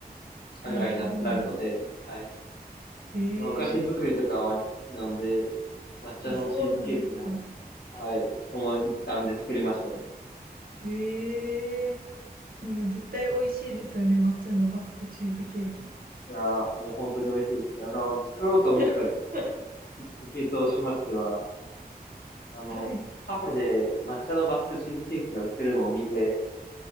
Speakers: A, on the left; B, on the right.
A: って考えにななるので、
B: なるほど。は
A: はい。
B: い。え
A: まあ、お菓子作りとかは割と好きなので、
B: ー、
A: 抹茶のチーズケーキも、
B: あ、そうなんですか。
A: はい、その一環で作りましたね。
B: えー、でも絶対美味しいですよね。抹茶のバスクチーズケーキ。
A: いやー、もう本当に美味しいですね。あの、作ろうと思ったき
B: <laughs>
A: っかけとしましては、あの、
B: はい。
A: カフェで抹茶のバスクチーズケーキが売ってるのを見て、